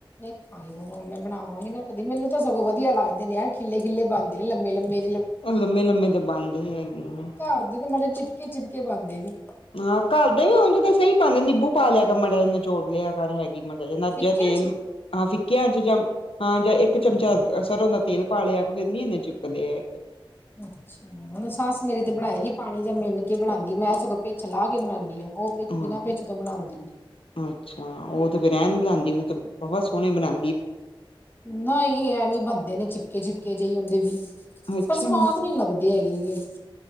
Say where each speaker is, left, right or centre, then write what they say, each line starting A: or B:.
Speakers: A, on the left; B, on the left.
A: ਇਹ ਖਾਏ ਗਾ। ਹੁਣ ਮੈਂ ਬਣਾਵਾਂਗੀ ਨਾ ਕਦੀ, ਮੈਨੂੰ ਤਾਂ ਸਗੋਂ ਵਧੀਆ ਲੱਗਦੇ ਨੇ, ਐ ਖਿਲੇ- ਖਿਲੇ ਬਣਦੇ ਨੇ, ਲੰਮੇ- ਲੰਮੇ
B: ਲੰਮੇ ਲੰਮੇ ਤੇ ਬਣਦੇ ਹੈਗੇ ਨੇ
A: ਘਰ ਦੇ ਤੇ ਮਤਲਬ ਚਿਪਕੇ -ਚਿਪਕੇ ਬਣਦੇ ਨੇ।
B: ਹਾਂ, ਘਰਦੇ ਵੀ ਉਂਝ ਤਾਂ ਸਹੀ ਪਾਂਦੇ ਨਿਬੂ ਪਾ ਲਿਆ ਕਰ, ਮਾੜਾ ਜਿਹਾ ਨਿਚੋੜ ਲਿਆ ਕਰ ਹੈਗੀ ਮਾੜਾ ਜ਼ਿਆਦਾ
A: ਫਿੱਕਿਆਂ
B: ਤੇਲ
A: ਚ
B: ਹਾਂ ਫਿੱਕਿਆਂ 'ਚ ਜਾਂ ਹਾਂ ਜਾਂ ਇੱਕ ਚਮਚਾ ਸਰੋਂ ਦਾ ਤੇਲ ਪਾ ਲਿਆ ਫੇਰ ਨੀ ਇੰਨੇ ਚਿਪਕਦੇ ਹੈਗੇ।
A: ਅੱਛਾ! ਹੁਣ ਸੱਸ ਮੇਰੀ ਤੇ ਬਣਾਏਗੀ ਪਾਣੀ ਜਾਂ ਮਿੰਨ ਕੇ ਬਣਾਦੀ, ਮੈਂ ਸਗੋਂ ਪਿੱਛ ਲਾਹ ਕੇ ਬਣਾਨੀ। ਆ, ਉਹ ਪਿਛ,
B: ਹਾਂ
A: ਬਿਨਾਂ ਪਿਛ ਤੋਂ ਬਣਾਉਂਦੀ।
B: ਅੱਛਾ! ਉਹ ਤੇ ਫਿਰ ਐਣ ਬਣਾਦੀ, ਉਹ ਤੇ ਬਹੁਤ ਸੋਹਣੇ ਬਣਾ
A: ਨਈ, ਐਵੇਂ ਬਣਦੇ ਨੇ ਚਿਪਕੇ -ਚਿਪਕੇ ਜਿਹੇ ਓਂਦੇ ਵੀ,
B: ਅੱਛਾ
A: ਪਰ ਸਵਾਦ ਨਹੀਂ ਲੱਗਦੇ। ਹੈਗੇ ਗੇ